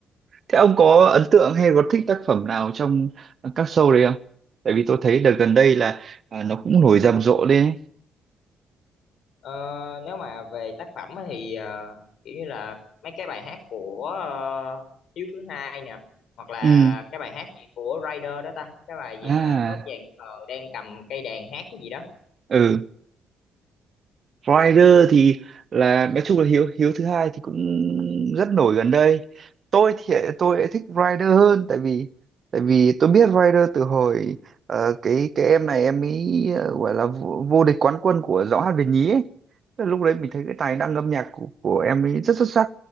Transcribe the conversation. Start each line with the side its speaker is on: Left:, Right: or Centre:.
Right: Thế ông có ấn tượng hay có thích tác phẩm nào trong các show đấy không? Tại vì tôi thấy đợt gần đây là à, nó cũng nổi rầm rộ lên ấy.
Left: Ờ, nếu mà về tác phẩm á thì ờ, kiểu như là mấy cái bài hát của ờ, Hiếu thứ hai nè, hoặc là
Right: Ừ,
Left: cái bài hát gì của Rider đó ta, cái bài gì
Right: à,
Left: mà có chàng khờ đang cầm cây đàn hát cái gì đó.
Right: ừ. Rider thì là nói chung là Hiếu Hiếu thứ hai thì cũng rất nổi gần đây tôi thì tôi lại thích Rider hơn tại vì tại vì tôi biết Rider từ hồi ờ, cái cái em này em ấy ờ, gọi là vô, vô địch quán quân của Giọng hát Việt nhí ấy. Tức là lúc đấy mình thấy cái tài năng âm nhạc của, của em ấy rất xuất sắc